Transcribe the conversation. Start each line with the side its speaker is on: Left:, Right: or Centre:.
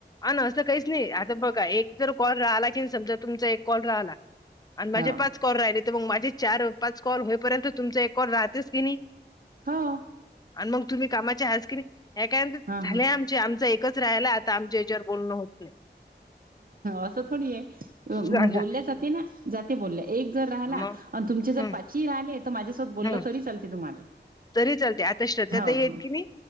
Left: अण अस काहीच नाही आर बघा एक जर कॉल राहला की समजा तुमचा एक कॉल राहला आणि माझे
Right: हो
Left: पाच कॉल राहिले तर मग माझे चार पाच कॉल होईपर्यंत तुमचा एक कॉल राहतेस कि नाही
Right: हो
Left: आणि मग तुम्ही कामाचे हज किरी ह काय म्हणते
Right: हा
Left: झाले
Right: हा
Left: आम आमच एकच राहिला आता आमच्या याच्यावर बोलणं होत नाही.
Right: असं थोडी आहे
Left: सांगा
Right: बोलल्या जाते ना जाते बोलल्या एक जर राहिला
Left: मग
Right: आणि तुमचे जर
Left: हं
Right: पाच राहिले तर माझ्यासोबत बोललं
Left: हं
Right: तरी चालते तुम्हाला
Left: तरी चालतंय आता श्रद्धा ताई
Right: हो
Left: आहेत
Right: हो
Left: का नाही